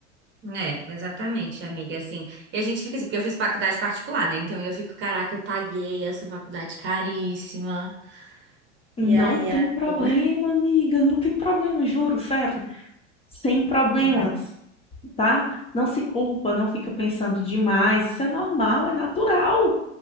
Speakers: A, on the right; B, on the left.
A: É, exatamente, amiga, assim. E a gente fica assim, porque eu fiz faculdade particular, né? Então eu fico, caraca, eu paguei essa faculdade caríssima.
B: Não
A: E aí,
B: tem
A: agora
B: problema, amiga, não tem problema, juro, sério. Sem problemas,
A: Ai,
B: tá? Não se culpa, não fica pensando demais. Isso é normal, é natural.